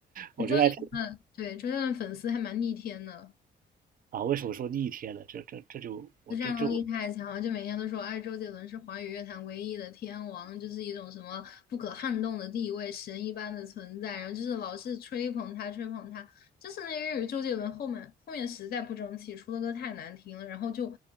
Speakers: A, on the right; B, on the left.
A: 我就爱听
B: 周杰伦，对，周杰伦粉丝还蛮逆天的。
A: 啊。为什么说逆天呢？这这这就我这这我
B: 这战斗力太强了，就每天都说，哎，周杰伦是华语乐坛唯一的天王，就是一种什么不可撼动的地位，神一般的存在，然后就是老是吹捧他，吹捧他。但是那因为周杰伦后面后面实在不争气，出的歌太难听了，然后就